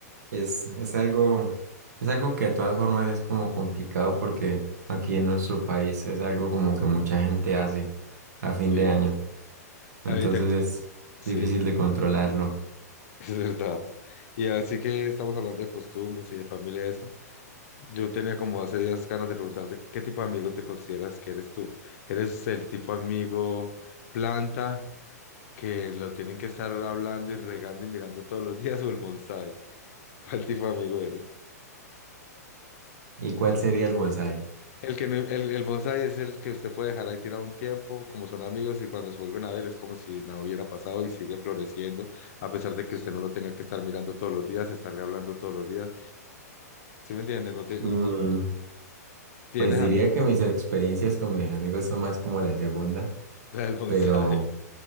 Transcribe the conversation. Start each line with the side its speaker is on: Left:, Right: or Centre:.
Right: es, es algo, es algo que de todas formas es como complicado porque aquí en nuestro país es algo como que mucha gente hace a fin
Left: Sí.
Right: de año, entonces
Left: Ahorita,
Right: es
Left: sí,
Right: difícil de controlarlo.
Left: <laughs> es verdad. Y así que estamos hablando de costumbres y de familia, eso. Yo tenía como hace días ganas de preguntarte qué tipo de amigo te consideras que eres tú. ¿Eres el tipo amigo planta? que lo tienen que estar hablando y regando y mirando todos los días o el bonsai? ¿Cuál tipo de amigo eres?
Right: ¿Y cuál sería el bonsái?
Left: El que no- el, el bonsai es el que usted puede dejar ahí tirado un tiempo, como son amigos, y cuando se vuelven a ver es como si nada hubiera pasado y sigue floreciendo, a pesar de que usted no lo tenga que estar mirando todos los días y estarle hablando todos los días. ¿Sí me entiende? No te-
Right: Mm,
Left: pues, tienes
Right: pues diría
Left: a mí,
Right: que
Left: <laughs>
Right: mis experiencias con mis amigos son más como la segunda,
Left: la del bonsai.
Right: pero